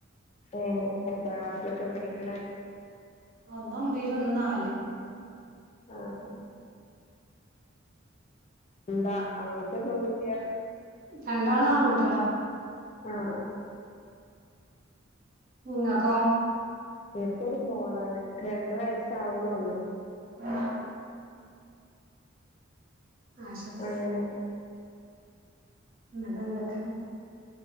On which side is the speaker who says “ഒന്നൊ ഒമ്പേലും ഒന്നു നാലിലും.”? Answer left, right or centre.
Right